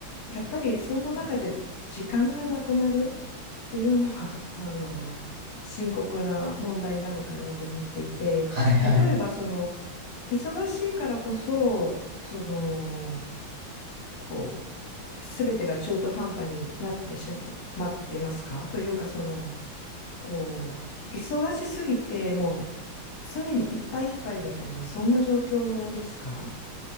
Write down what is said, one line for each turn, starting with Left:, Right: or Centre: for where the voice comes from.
Left: やっぱり、そんな中で時間がなくなるっていうのは、<laughs> あの、深刻な問題なのかなと思っていて、
Right: はいはい。
Left: 例えば、その、忙しいからこそ、その、こう、すべてが中途半端になってしまっていますかというか、その、こう、忙しすぎて、もう、常にいっぱいいっぱいみたいな、そんな状況ですか